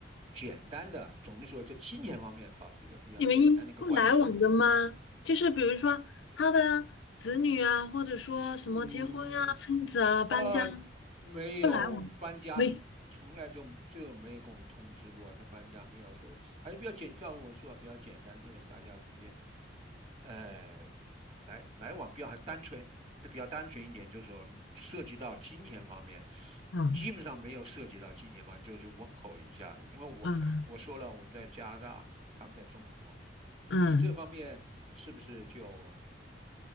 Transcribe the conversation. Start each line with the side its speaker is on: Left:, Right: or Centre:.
Right: 简单的，总的说，在金钱方面保持一个比较简单的一个关系吧。
Left: 你们一不来往的吗？就是比如说他的子女啊，或者说什么结婚呀、
Right: 嗯，
Left: 生子啊、搬家。
Right: 呃，没有搬家，
Left: 不来往，喂，
Right: 从来就就没有跟我们通知过他搬家，没有，就还是比较简，照我说的比较简单，就是大家之间，呃，来来往比较还单纯，比较单纯一点，就是说涉及到金钱方面，
Left: 嗯
Right: 基本上没有涉及到金钱方面就是问候一下子，因为我我说了，
Left: 嗯
Right: 我们在加拿大，他们在中国嘛，
Left: 嗯，
Right: 你这方面是不是就？